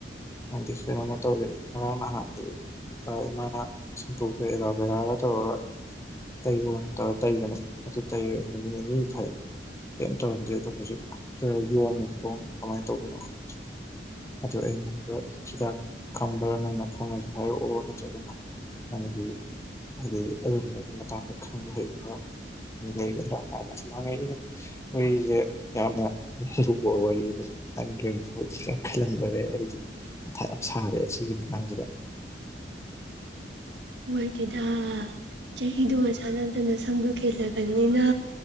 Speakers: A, on the left; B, on the right.
A: ꯈꯪꯗꯦ ꯀꯩꯅꯣꯝꯃ ꯇꯧꯔꯛꯑꯦ ꯉꯔꯥꯡ ꯅꯍꯥꯟꯗꯤ ꯏꯃꯥꯅ ꯁꯟꯇꯣꯛ ꯑꯦꯂꯥꯕꯦꯔꯥꯒ ꯇꯧꯔꯒ ꯇꯩꯌꯣꯅ ꯇꯧꯔꯒ ꯇꯩꯕꯅꯦ ꯑꯗꯨ ꯇꯩꯔꯦ ꯅꯨꯃꯤꯠ ꯅꯤꯅꯤ ꯐꯩ ꯀꯩꯝ ꯇꯧꯔꯝꯗ꯭ꯔꯦ ꯑꯗꯣ ꯍꯧꯖꯤꯛꯔ ꯌꯣꯝꯃꯤꯅ ꯈꯣꯡꯃꯤ ꯀꯃꯥꯏꯅ ꯇꯧꯗꯣꯏꯅꯣ ꯈꯪꯗꯦ ꯑꯗꯣ ꯑꯩꯅ ꯑ ꯍꯤꯗꯥꯛ ꯈꯪꯕ ꯅꯪꯅ ꯈꯪꯉꯁꯨ ꯍꯥꯏꯔꯛꯑꯣ ꯅꯠꯇ꯭ꯔꯒꯅ ꯅꯪꯒꯤ ꯍꯥꯏꯗꯤ ꯑꯗꯨꯒꯨꯝꯕꯒꯤ ꯃꯇꯥꯡꯗ ꯈꯪꯕ ꯍꯩꯕꯕ ꯃꯤ ꯂꯩꯒꯗ꯭ꯔꯥ ꯀꯥꯏꯅꯁꯨꯨꯝꯃꯥꯡꯉꯛ ꯑꯩꯅ ꯋꯥꯔꯤꯁꯦ ꯌꯥꯝꯅ ꯂꯨꯕ ꯋꯥꯔꯤꯅꯤ ꯅꯪꯒꯤ ꯍ ꯆ ꯑꯩ ꯌꯥꯝ ꯁꯥꯔꯦ ꯑꯁꯤꯒꯤ ꯃꯇꯥꯡꯁꯤꯗ
B: ꯅꯨꯡꯉꯥꯏꯇꯦꯗ ꯆꯍꯤꯗꯨꯣꯒꯁꯥꯅꯗꯅ ꯁꯝꯗꯣ ꯀꯦꯜꯂꯕꯅꯤꯅ